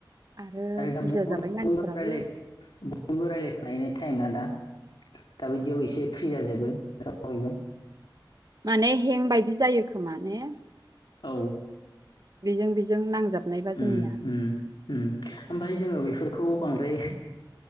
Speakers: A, on the right (about 50°); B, on the left (about 75°).
A: आरो बुरजा
B: दा बयबो
A: जाबाय मानसिफोराबो
B: बयबो रायलाय बयबो रायज्लायफुनायनि टाइम ना दा दाबायदियाव एसे फ्रि जाजोबो बयबो।
A: माने हें बायदि जायो खोमा ने।
B: औ
A: बेजों बेजों नांजाबनायबा
B: उम
A: जोंनिया।
B: उम उम ओमफ्राय जोङो बेफोरखौ बांद्राय